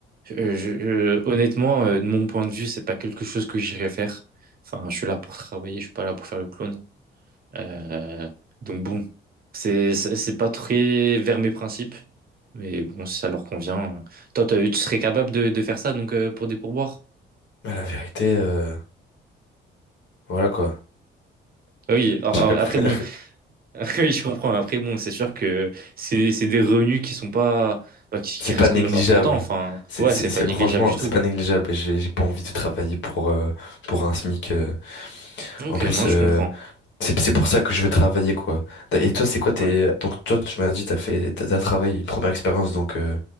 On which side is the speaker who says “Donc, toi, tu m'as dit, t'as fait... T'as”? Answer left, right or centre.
Left